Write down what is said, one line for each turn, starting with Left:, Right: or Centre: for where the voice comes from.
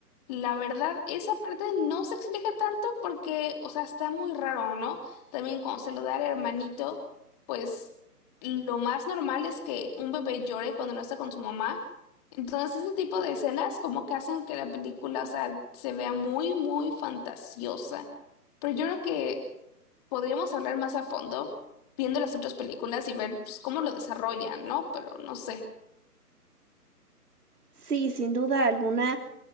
Left: la verdad, esa parte no se explica tanto porque, o sea, está muy raro, ¿no? También cuando se lo da al hermanito, pues lo más normal es que un bebé llore cuando no está con su mamá. Entonces, ese tipo de escenas como que hacen que la película, o sea, se vea muy, muy fantasiosa. Pero yo creo que podríamos hablar más a fondo viendo las otras películas y ver pues, cómo lo desarrollan, ¿no? Pero no sé.
Right: Sí, sin duda alguna,